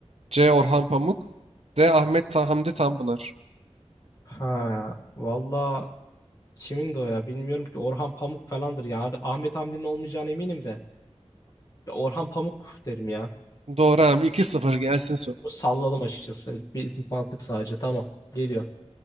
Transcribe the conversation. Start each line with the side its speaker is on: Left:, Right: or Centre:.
Right: C. Orhan Pamuk D. Ahmet Ta Hamdi Tanpınar
Left: Ha, valla Kimin de o ya bilmiyorum ki Orhan Pamuk falandır ya. Ahmet Hamdi'nin olmayacağına eminim de. Ya Orhan Pamuk derim ya.
Right: Doğru abi iki sıfır gelsin soru.
Left: Salladım açıkçası. Bir mantık sadece tamam geliyor.